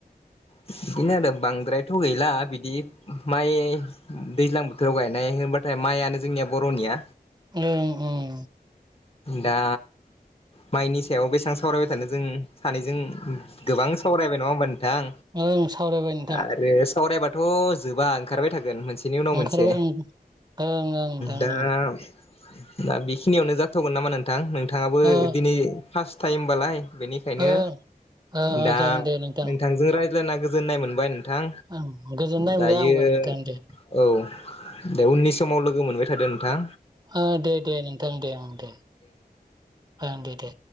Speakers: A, on the left (about 35°); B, on the right (about 25°).
A: बिदिनो आरो बांद्रायथ' गैला बिदि माइ दैज्लां बोथोराव गायनाय होबाथाय माइयानो जोंनिया बर'निया
B: ओं ओं
A: दा माइनि सायाव बेसेबां सावरायबाय थानो जों सानैजों गोबां सावरायबाय नङा होमबा नोंथां।
B: ओं सावरायबाय नोंथां
A: आरो सावरायबाथ' जोबा ओंखारबाय थागोन मोनसेनि उनाव
B: ओंखारबाय
A: मोनसे
B: ओं ओं ओं नोंथां
A: दा-
B: ओं
A: दा बेखिनियावनो जाथ' गोन नामा नोंथां नोंथाङाबो
B: ओ
A: दिनै फार्स्ट टाइम बालाय बेनिखायनो
B: ओ ओ ओ
A: दा
B: जागोन दे नोंथां
A: नोंथांजों रायज्लायना गोजोननाय मोनबाय। थां
B: ओं गोजोननाय
A: दायो
B: मोनबाय आंबो नोंथां दे
A: औ दे उननि समाव लोगो मोनबाय था होदो नोंथां
B: ओ दे दे नोंथां दे ओं दे ओ दे दे